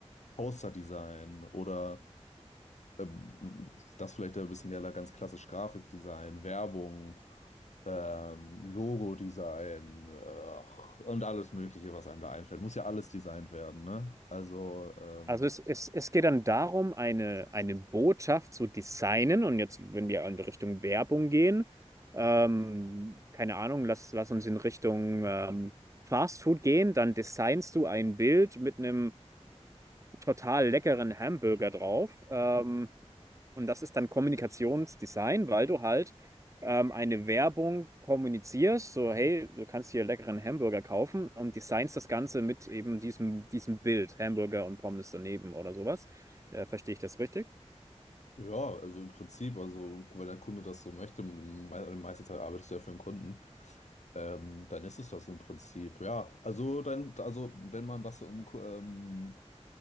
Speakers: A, on the left; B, on the right.
A: Posterdesign oder ähm, das vielleicht ja ein bisschen ja ganz klassisch Grafikdesign, Werbung. ähm, Logo-Design, ach, und alles Mögliche, was einem da einfällt. Muss ja alles designt werden, ne? Also, ähm,
B: Also es, es, es geht dann darum, eine, eine Botschaft zu designen. Und jetzt, wenn wir in Richtung Werbung gehen, ähm, keine Ahnung, lass, lass uns in Richtung ähm, Fast Food gehen, dann designst du ein Bild mit einem total leckeren Hamburger drauf. Ähm, und das ist dann Kommunikationsdesign, weil du halt ähm, eine Werbung kommunizierst, so hey, du kannst hier leckeren Hamburger kaufen und designst das Ganze mit eben diesem, diesem Bild, Hamburger und Pommes daneben oder sowas. Äh, verstehe ich das richtig?
A: ja, also im Prinzip, also wenn der Kunde das so möchte, me meiste Zeit arbeitest du ja für den Kunden, ähm, dann ist es das im Prinzip, ja. Also dann, also wenn man das so im, Ku- ähm,